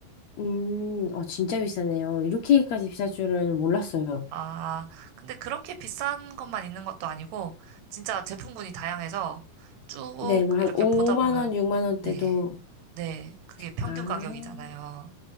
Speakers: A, on the left (about 65°); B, on the right (about 60°).
A: 음, 어, 진짜 비싸네요. 이렇게까지 비쌀 줄은 몰랐어요.
B: 아, 근데 그렇게 비싼 것만 있는 것도 아니고, 진짜 제품군이 다양해서 쭉
A: 네, 뭐 한
B: 이렇게
A: 5만
B: 보다 보면,
A: 원, 6만 원대도
B: 네, 네, 그게 평균
A: 아,
B: 가격이잖아요.